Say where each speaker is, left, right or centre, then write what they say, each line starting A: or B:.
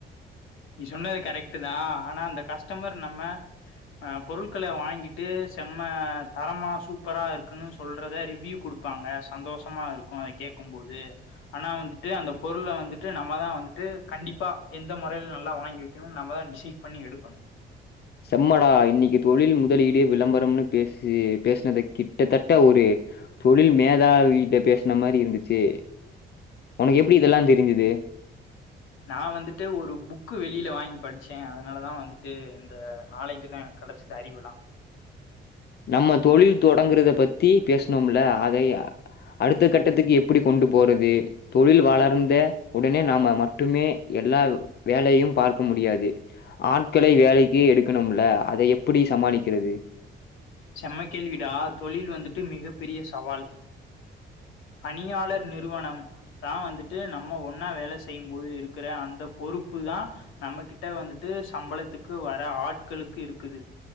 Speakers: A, on the left; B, on the left.
A: நீ சொன்னது கரெக்ட்டு தா ஆனா அந்த கஸ்டமர் நம்ம அ பொருட்கள வாங்கிட்டு செம்ம தரமா சூப்பரா இருக்குன்னு சொல்றத ரிவ்யூ குடுப்பாங்க சந்தோஷமா இருக்கு அ கேக்கும்போது அனா வந்துட்டு அந்த பொருள வந்துட்டு நம்மதா வந்துட்டு கண்டிப்பா எந்த மொறைல ந ல்லா வாங்கி வெக்கணுன் நம்ம தா டிசைட் பண்ணி எடுக்கணு
B: செம்மடா இன்னக்கி தொழில் முதலீடு விளம்பரம்னு பேசி பேசுனது கிட்டத்தட்ட ஒரு தொழில் மேதாவீட்ட பேஸ்ன மாரி இருந்துச்சு ஒனக்கு எப்டி இதெல்லா தெரிஞ்சிது
A: நா வந்துட்டு ஒரு புக்கு வெளியில வாங்கி படிச்சே அதனாலதா வந்துட்டு இந்த நாலேஜ்லா எனக் கெடச்சிது அறிவுல்லா
B: நம்ம தொழில் தொடங்குறத பத்தி பேசுனோம்ல அத அடுத்த கட்டத்துக்கு எப்டி கொண்டு போறது தொழில் வளர்ந்தே உடனே நாம மட்டுமே எல்லா வேலையும் பார்க்க முடியாது ஆட்களை வேலைக்கி எடுக்கணும்ல அத எப்புடி சமாளிக்கிறது
A: செம்ம கேள்விடா தொழில் வந்துட்டு மிகப்பெரிய சவால் பணியாளர் நிறுவனம் தா வந்துட்டு நம்ம ஒன்னா வேல செய்யும் போது இருக்குற அந்த பொறுப்பு தா நம்ம கிட்ட வந்துட்டு சம்பளத்துக்கு வர ஆட்களுக்கு இருக்குது